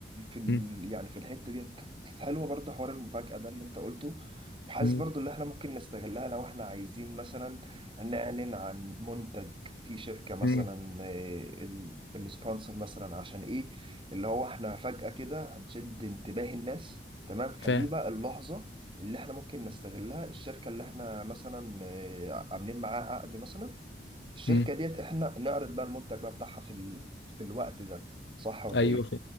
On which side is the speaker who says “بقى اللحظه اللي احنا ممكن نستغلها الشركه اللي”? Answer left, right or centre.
Right